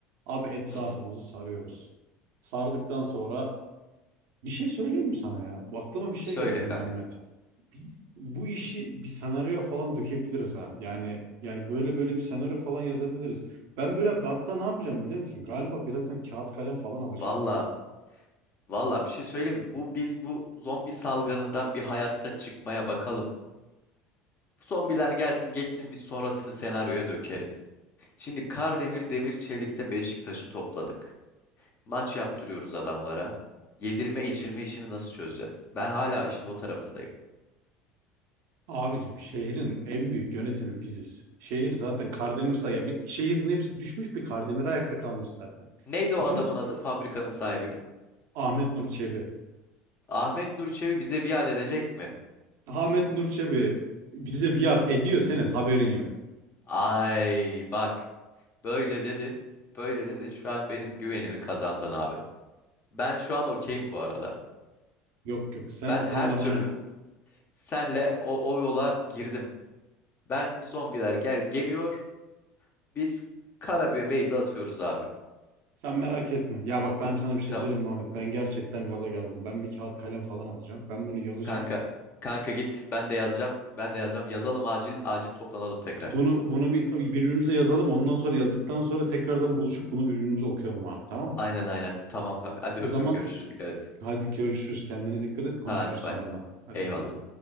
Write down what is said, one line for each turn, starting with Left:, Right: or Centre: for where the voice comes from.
Right: Abi etrafımızı
Left: Hı hı.
Right: sarıyoruz. Sardıktan sonra bir şey söyleyeyim mi sana ya? Bu aklıma bir şey
Left: Söyle
Right: geldi
Left: kanka.
Right: Muhammed. Biz bu işi bir senaryoya falan dökebiliriz ha. Yani yani böyle böyle bir senaryo falan yazabiliriz. Ben böyle hatta ne yapacağım biliyor musun? Galiba birazdan kağıt kalem falan alacağım.
Left: Valla Valla bir şey söyleyeyim mi? Bu biz bu zombi salgınından bir hayatta çıkmaya bakalım. Zombiler gelsin geçsin biz sonrasını senaryoya dökeriz. Şimdi Kardemir Demir Çelik'te Beşiktaş'ı topladık. Maç yaptırıyoruz adamlara. Yedirme içirme işini nasıl çözeceğiz? Ben hala işin o tarafındayım.
Right: Abicim şehrin en büyük yönetimi biziz. Şehir zaten Kardemirsa ya bir şehrin hepsi düşmüş bir Kardemir ayakta kalmış zaten.
Left: Neydi o
Right: Bütün
Left: adamın adı? Fabrikanın sahibini.
Right: Ahmet Nur Çebi.
Left: Ahmet Nur Çebi bize biat edecek mi?
Right: Ahmet Nur Çebi bize biat ediyor senin haberin yok.
Left: Ay bak. Böyle dedin. Böyle dedin. Şu an benim güvenimi kazandın abi. Ben şu an okeyim bu arada.
Right: Yok yok sen
Left: Ben
Right: o
Left: her
Right: konuda
Left: türlü
Right: bana
Left: Senle o, o yola girdim. Ben zombiler gel geliyor. Biz Karabüye Beyza atıyoruz abi.
Right: Sen merak etme. Ya bak ben sana bir şey
Left: Tamam.
Right: söyleyeyim mi Muhammed. Ben gerçekten gaza geldim. Ben bir kağıt kalem falan alacağım. Ben bunu yazacağım.
Left: Kanka kanka git. Ben de yazacağım. Ben de yazacağım. Yazalım acil acil toplanalım tekrar.
Right: Bunu bunu bir birbirimize yazalım. Ondan sonra yazdıktan sonra tekrardan buluşup bunu birbirimize okuyalım abi tamam mı?
Left: Aynen aynen. Tamam abi. Hadi
Right: O
Left: öpüyorum
Right: zaman
Left: görüşürüz dikkat et.
Right: hadi görüşürüz. Kendine dikkat et.
Left: Hadi
Right: Konuşuruz sonradan.
Left: bay.
Right: Hadi
Left: Eyvallah.
Right: bay bay.